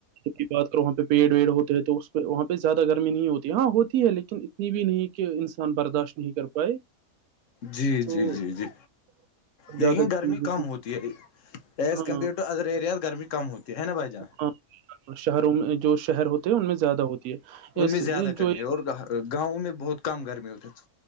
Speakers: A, on the right; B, on the left.
A: کی بات کرو وہاں پہ پیڑ ویڑ ہوتے ہیں تو پہ وہاں پہ زیادہ گرمی نہیں ہوتی ہاں ہوتی ہے لیکن اتنی بھی نہیں کہ انسان ان برداشت نہیں کر پائے
B: جی
A: تو
B: جی جی جی لیکن
A: زیادہ چیز
B: گرمی کم ہوتی ہے ایز
A: ہاں
B: کمپیئر ٹو ادر ایریاز گرمی کم ہوتی ہے نا بھائی جان
A: ہاں شہروں میں جو شہر ہوتے ہیں ان میں زیادہ ہوتی ہے
B: ان میں زیادہ گرمی
A: جو ایک
B: ہے اور گاؤں میں بہت کم گرمی ہوتس